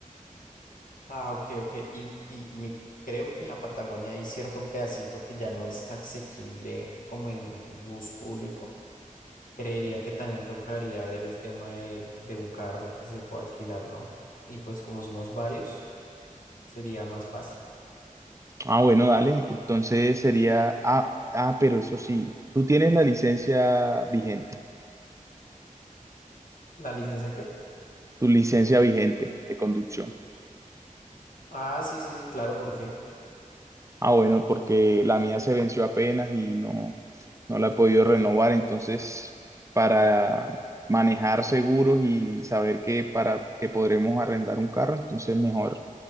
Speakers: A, on the left (about 75°); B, on the right (about 20°).
A: Ah, ok, ok. Y, y mi- creo que en la Patagonia hay cierto pedacito que ya no es asequible como en bus público. Creería que también tocaría ver el tema de, de un carro que se pueda alquilar, ¿no? Y pues como somos varios, sería más fácil.
B: Ah, bueno, dale. Entonces sería, ah, ah, pero eso sí, tú tienes la licencia vigente,
A: ¿La licencia qué?
B: tu licencia vigente de conducción.
A: Ah, sí, sí, sí, claro, ¿por qué?
B: Ah, bueno, porque la mía se venció apenas y no, no la he podido renovar. Entonces, para manejar seguros y saber que para que podremos arrendar un carro, entonces mejor